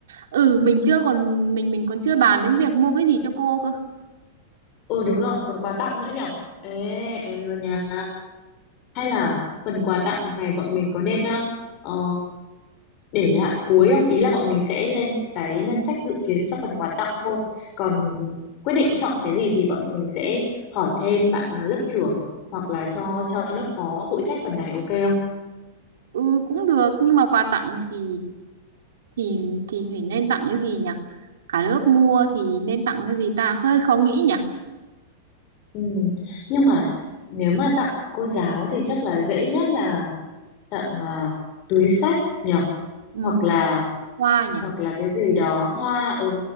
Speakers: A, on the right (about 80°); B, on the left (about 45°).
A: ừ mình chưa còn mình mình còn chưa bàn đến việc mua cái gì cho cô cơ
B: Ừ đúng rồi, còn quà tặng nữa nhở? Ê, ê rồi nha. Hay là phần quà tặng này bọn mình có nên ờ, ờ, để lại cuối không? Ý là bọn mình sẽ lên cái ngân sách dự kiến cho phần quà tặng thôi. Còn quyết định chọn cái gì thì bọn mình sẽ hỏi thêm bạn à, lớp trưởng hoặc là cho cho lớp phó phụ trách phần này ok không?
A: ừ cũng được nhưng mà quà tặng thì thì thì phải nên tặng cái gì nhỉ cả lớp mua thì nên tặng cái gì ta hơi khó nghĩ nhỉ
B: Ừ. Nhưng mà nếu mà tặng cô giáo thì chắc là dễ nhất là tặng à, túi sách nhở?
A: ừ,
B: Hoặc là
A: hoa nhỉ
B: hoặc là cái gì đó hoa ừ